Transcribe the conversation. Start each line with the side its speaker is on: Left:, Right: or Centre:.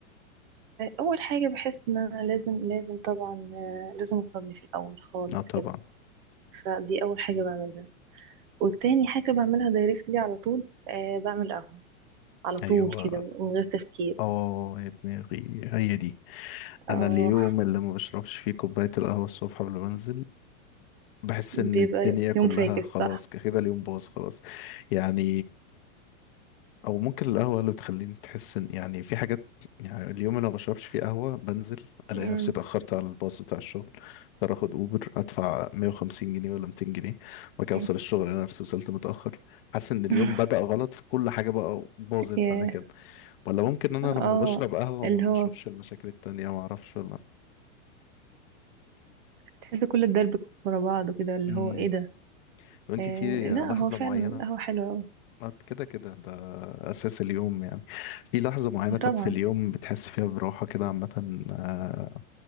Right: أول حاجة بحس إن أنا لازم لازم طبعا آه، لازم أصلي في الأول خالص
Left: اه طبعا
Right: كده فدي أول حاجة بعملها والتاني حاجة بعملها دايركتلي على طول آه بعمل قهوة على طول
Left: ايوه
Right: كده من غير تفكير
Left: اه يا دماغي هي دي
Right: اه
Left: انا اليوم اللي ما بشربش فيه كوبايه القهوه الصبح قبل ما انزل بحس ان
Right: بيبقى
Left: الدنيا كلها
Right: يوم فاكس
Left: خلاص
Right: صح
Left: كده اليوم باظ خلاص يعني او ممكن القهوه اللي بتخليني تحس ان يعني في حاجات يعني اليوم اللي ما بشربش فيه قهوه بنزل الاقي
Right: مم.
Left: نفسي اتاخرت على الباص بتاع الشغل اضطر اخد اوبر ادفع 150 جنيه ولا 200 جنيه وبعد كده
Right: مم.
Left: اوصل الشغل انا نفسي وصلت متاخر حاسس ان اليوم
Right: <laughs>
Left: بدأ غلط في كل حاجه بقى باظت
Right: ياه.
Left: بعد كده ولا ممكن انا لما
Right: اه
Left: بشرب قهوة
Right: اللي
Left: ما بشوفش
Right: هو
Left: المشاكل التانية ما اعرفش ولا
Right: تحس كل الدرب ورا بعض كده اللي
Left: امم
Right: هو ايه ده
Left: طب انت
Right: آه
Left: في
Right: لا
Left: لحظة
Right: هو فعلا
Left: معينة
Right: القهوة حلوة أوي
Left: ما أنت كده كده ده اساس اليوم يعني في لحظة معينة طب
Right: طبعا
Left: في اليوم بتحس فيها براحة كده عامة آه،